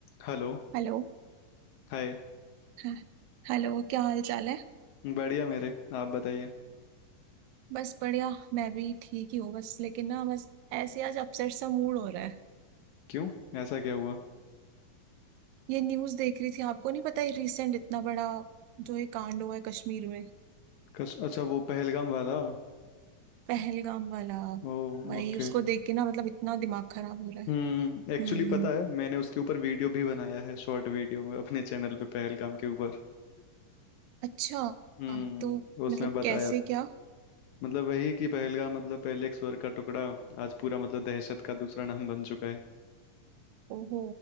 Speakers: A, on the left; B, on the right.
A: Hello
B: Hello
A: Hi
B: हाँ, hello क्या हाल चाल है
A: बढ़िया मेरे आप बताइए
B: बस बढ़िया मैं भी ठीक ही हूँ बस लेकिन ना बस ऐसे ही आज अपसेट सा मूड हो रहा है
A: क्यों ऐसा क्या हुआ
B: ये न्यूज़ देख रही थी आपको नहीं पता ये रिसेंट इतना बड़ा जो ये कांड हुआ है कश्मीर में
A: कस, अच्छा वो पहलगाम वाला
B: पहलगाम वाला
A: ओ
B: भाई
A: ओके
B: उसको देख के ना मतलब इतना दिमाग खराब हो रहा है
A: हम्म एक्चुअली
B: हम्म
A: पता है मैंने उसके ऊपर वीडियो भी बनाया है शॉर्ट वीडियो में अपने चैनल पे पहलगाम के ऊपर
B: अच्छा
A: हम्म
B: तो
A: उसमें
B: मतलब
A: बताया
B: कैसे क्या
A: मतलब वही कि पहलगाम मतलब पहले एक स्वर का टुकड़ा आज पूरा मतलब दहशत का दूसरा नाम बन चुका है
B: ओहो